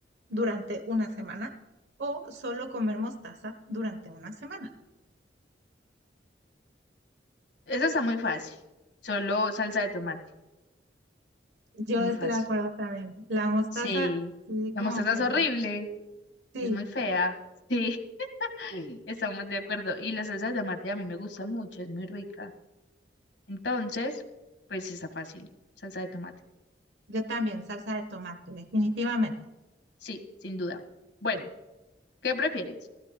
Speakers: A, on the right; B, on the left.
A: durante una semana o solo comer mostaza durante una semana?
B: Eso está muy fácil. Solo salsa de tomate.
A: Yo
B: Muy
A: estoy
B: fácil.
A: de acuerdo también. La mostaza,
B: Sí.
A: sí,
B: La
A: como
B: mostaza
A: que
B: es
A: no.
B: horrible.
A: Sí,
B: Es muy fea. Sí. <laughs> Estamos de acuerdo. Y la salsa de tomate a mí me gusta mucho. Es muy rica. Entonces, pues está fácil. Salsa de tomate.
A: yo también, salsa de tomate, definitivamente.
B: Sí, sin duda. Bueno, ¿qué prefieres?